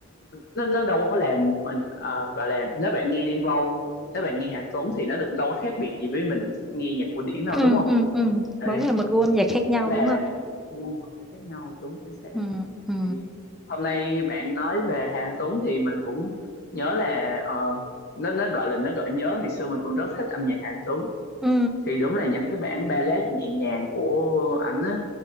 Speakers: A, on the left; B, in the centre.
A: nó nó đâu có làm mình ờ, gọi là nếu bạn nghe Đen Vâu nếu bạn nghe Hà Tuấn thì nó cũng đâu có khác biệt gì với mình thích nghe nhạc cổ điển đâu
B: Ừ,
A: đúng không
B: ừ, ừ.
A: Ê,
B: mỗi người một gu âm nhạc khác nhau
A: chỉ là
B: đúng không
A: gu mọi người khác nhau đúng chính xác
B: ừ, ừ.
A: thì hôm nay bạn nói về Hà Tuấn thì mình cũng nhớ là ờ, nó nó gọi là nó gợi nhớ ngày xưa mình cũng rất thích âm nhạc Hà Tuấn
B: Ừ.
A: thì đúng là những cái bản ballad nhẹ nhàng của ảnh á